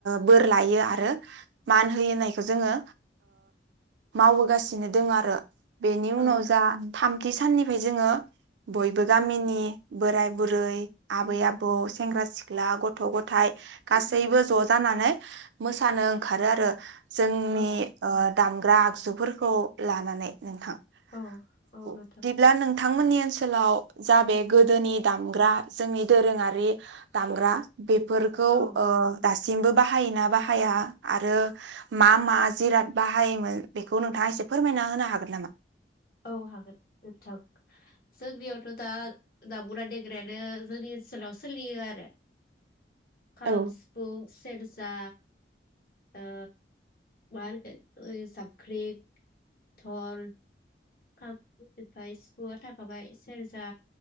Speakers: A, on the right; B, on the left.
A: बोर लायो आरो मान होयोनायखौ जोङो मावबोगासिनो दङ आरो। बेनि
B: औ
A: उनाव जा थामथि <unintelligible> साननिफ्राय जोङो बयबो गामिनि बोराय- बुरै, आबै- आबौ, सेंग्रा- सिख्ला, गथ'- गथाय गासैबो ज' ज' जानानै मोसानो ओंखारो आरो। जोंनि
B: औ
A: ओ दामग्रा -आगजुफोर <unintelligible> लानानै नोंथां।
B: औ औ
A: बिदिब्ला
B: नोंथां
A: नोंथांमोननि <unintelligible> ओनसोलाव जा बे गोदोनि दामग्रा जोंनि दोरोङारि दामग्रा बेफोरखौ
B: औ
A: ओ दासिम दासिमबो बाहायोना बाहाया आरो मा मा जिराद बाहायोमोन बेखौ नोंथाङा एसे फोरमायना होनो हागोन नामा?
B: औ हागोन नोंथां जोंनियावथ' दा दामग्रा- देग्रायानो जोंनि ओनसोलाव सोलियो आरो। खाम,
A: औ
B: सिफुं सेरजा ओ माहोनगोन ओरै जाबख्रिं, डल खाम <unintelligible> सिफुंआ थाखाबाय सेरजा